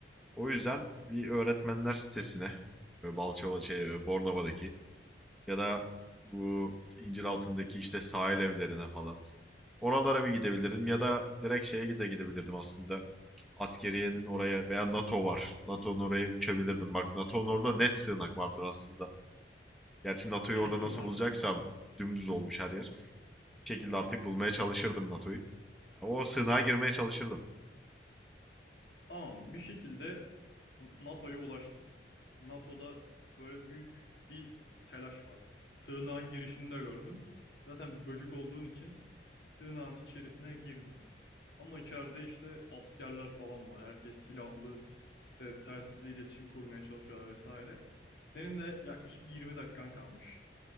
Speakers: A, in the centre; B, on the left.
A: O yüzden bir öğretmenler sitesine, böyle Balçova şey, Bornova'daki ya da bu İnciraltı'ndaki işte sahil evlerine falan. Oralara bir gidebilirdim ya da direkt şeye de gidebilirdim aslında. Askeriyenin oraya veya NATO var. NATO'nun oraya uçabilirdim. Bak NATO'nun orada net sığınak vardır aslında. Gerçi NATO'yu
B: Kesin
A: orada nasıl
B: vardır.
A: bulacaksam dümdüz olmuş her yer. Bir şekilde artık bulmaya çalışırdım NATO'yu. O sığınağa girmeye çalışırdım.
B: Tamam bir şekilde NATO'ya ulaştım. NATO'da böyle büyük bir telaş var. Sığınağın girişini de gördün. Zaten böcük olduğun için sığınağın içerisine girdin. Ama içeride işte askerler falan var. Herkes silahlı, işte telsizle iletişim kurmaya çalışıyorlar vesaire. Senin de yaklaşık 20 dakikan kalmış.